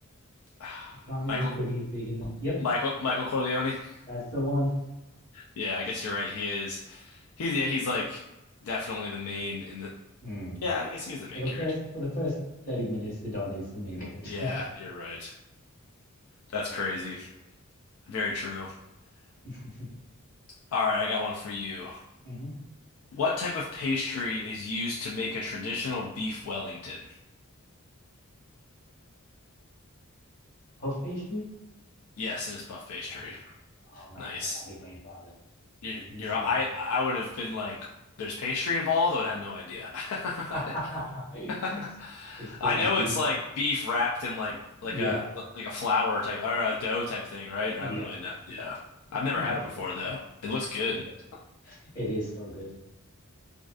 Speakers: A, on the left; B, on the left.
A: <sighs>
B: Don is
A: Michael
B: pretty big in the. Yep,
A: Michael Michael Corleone. <laughs>
B: that's the one.
A: Yeah,
B: Nice.
A: I guess you're right. He is. He's yeah, he's like definitely the main in the
B: Mm.
A: yeah, I guess he's the main
B: For the
A: character.
B: first for the first 30 minutes, the Don is the main character.
A: Yeah, you're right. That's crazy. Very true.
B: <laughs>
A: All right, I got one for you.
B: hmm
A: What type of pastry is used to make a traditional beef Wellington?
B: Puff pastry?
A: Yes, it is puff pastry.
B: Okay. Oh my
A: Nice.
B: God, I had a brain father.
A: You're,
B: I wasn't
A: you're
B: sure.
A: I I would have been like, there's pastry involved. I would have had no idea.
B: <laughs>
A: <laughs> <laughs>
B: It's
A: I
B: uh,
A: know
B: beef.
A: it's like beef wrapped in like like
B: Yeah,
A: a like a flour type or a dough type thing, right?
B: yeah,
A: Or I don't really know.
B: yeah.
A: Yeah. I've never
B: You
A: had
B: got
A: it
B: it.
A: before though. It looks good.
B: <laughs> It is so good.